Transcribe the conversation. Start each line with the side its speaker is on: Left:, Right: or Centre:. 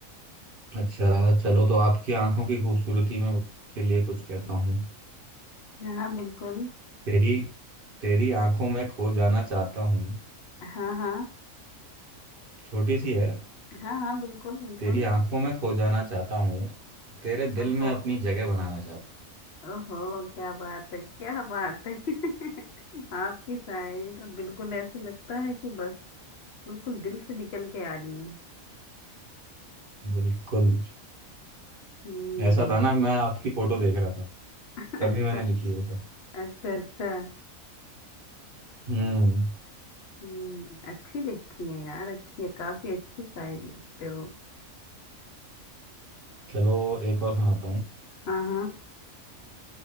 Right: अच्छा चलो तो आपकी आंखों की खूबसूरती में के लिए कुछ कहता हूँ
Left: हाँ हाँ बिल्कुल
Right: तेरी तेरी आंखों में खो जाना चाहता हूँ
Left: हाँ हाँ
Right: छोटी सी है
Left: हाँ हाँ बिल्कुल बिल्कुल
Right: तेरी आंखों में खो जाना चाहता हूँ तेरे दिल
Left: ओहो
Right: में अपनी जगह बनाना चाहता
Left: ओहो क्या बात है क्या बात है <laughs> आपकी शायरी तो बिल्कुल ऐसे लगता है कि बस बिल्कुल दिल से निकल के आ रही है
Right: हूँ बिल्कुल
Left: हम्म
Right: ऐसा था ना मैं आपकी फोटो देख रहा था
Left: अच्छा
Right: तभी मैंने लिखी है ये सब
Left: अच्छा अच्छा
Right: हम्म
Left: हम्म अच्छी लिखती है यार अच्छी है काफी अच्छी शायरी लिखते हो
Right: चलो एक और सुनाता हूँ
Left: हाँ हाँ